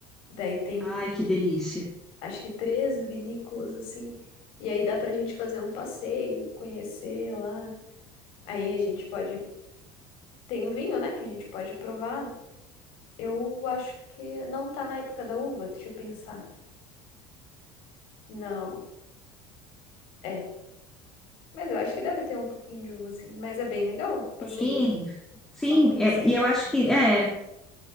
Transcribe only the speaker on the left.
Daí tem,
acho que 13 vinícolas assim. E aí dá pra gente fazer um passeio, conhecer lá. Aí a gente pode. Tem o vinho, né? Que a gente pode provar. Eu acho que não tá na época da uva, deixa eu pensar. Não, é. Mas eu acho que deve ter um pouquinho de uva, assim. Mas é bem legal o passeio,
assim.
Só conhecer.